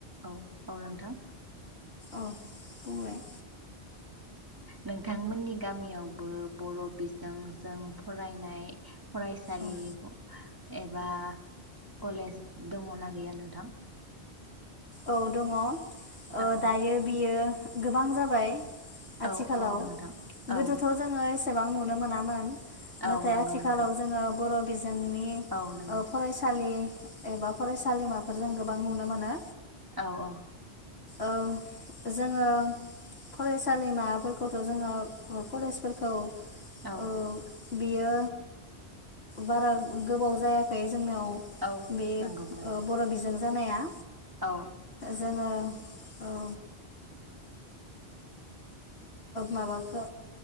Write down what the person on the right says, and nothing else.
औ। औ नोंथां।
नोंथांमोननि गामियावबो बर बिजोंजों फरायनाय फरायसालि
एबा कलेज दङना गैया नोंथां?
औ
औ औ नोंथां
औ
औ
नंगौ
नोंथां
औ नंगौ
औ औ।
औ।
औ
नंगौ नंगौ।
औ।